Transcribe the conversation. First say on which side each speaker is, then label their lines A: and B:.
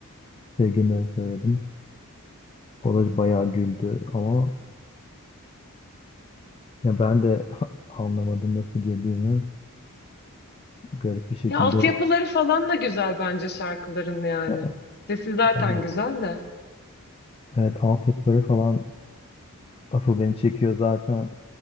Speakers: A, on the left (about 25°); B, on the left (about 50°).
A: sevgilime söyledim. O da bayağı güldü ama ya ben de <laughs> anlamadım nasıl girdiğimi. Garip bir şekilde
B: Ya altyapıları falan da güzel bence şarkıların yani.
A: Ya,
B: Sesi zaten
A: e,
B: güzel de.
A: evet altyapıları falan asıl beni çekiyor zaten